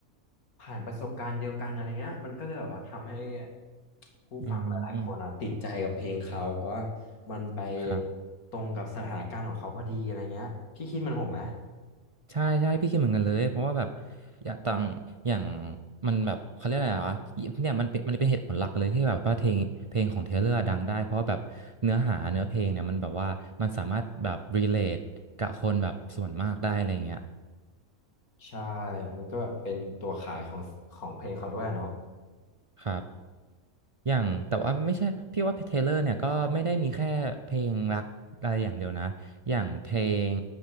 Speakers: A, on the left; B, on the right.
A: ผ่านประสบการณ์เดียวกันอะไรเงี้ยมันก็เลยแบบว่าทำให้ผู้ฟังหลายๆคนอ่ะติดใจกับเพลงเขาเพราะว่า
B: อืม
A: มันไป
B: ครับ
A: ตรงกับสถานการณ์ของเขาพอดีอะไรเงี้ยพี่คิดเหมันผมไหม
B: ใช่ใช่พี่คิดเหมือนกันเลยเพราะว่าแบบอย่างต่างอย่างมันแบบเขาเรียกอะไรวะเนี่ยมันเป็นมันเป็นเหตุผลหลักเลยที่แบบว่าเพลงเพลงของเทเลอร์ดังได้เพราะว่าแบบเนื้อหาเนื้อเพลงเนี่ยมันแบบว่ามันสามารถแบบ relate กับคนแบบส่วนมากได้อะไรเงี้ย
A: ใช่มันก็แบบเป็นตัวขายของของเพลงเขาด้วยเนาะ
B: ครับ อย่างแต่ว่าไม่ใช่พี่ว่าเทเลอร์เนี่ยก็ไม่ได้มีแค่เพลงรักอะไรอย่างเดียวนะอย่างเพลง